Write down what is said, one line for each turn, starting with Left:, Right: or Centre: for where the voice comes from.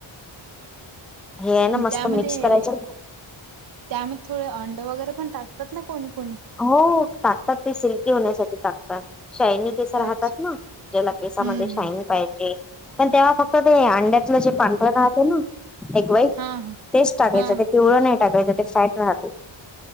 Centre: हे आहे ना
Right: अनं
Centre: मस्त
Right: त्यामध्ये,
Centre: मिक्स करायचं
Right: त्यामध्ये थोडे अंड वगैरे पण टाकतात ना कोणी? कोणी.
Centre: हो, हो, हो. टाकतात, ते सिल्की होण्यासाठी टाकतात. शायनी केस राहतात
Right: अच्छा
Centre: ना, ज्याला केसामध्ये
Right: हम्म
Centre: शायनिंग
Right: हम्म
Centre: पाहिजे. पण तेव्हा फक्त ते अंड्यातलं जे पांढरं राहते ना एग व्हाईट
Right: हा हा
Centre: तेच टाकायचं,
Right: हा हा
Centre: ते पिवळं नाही टाकायचं, त्यात फॅट राहतो.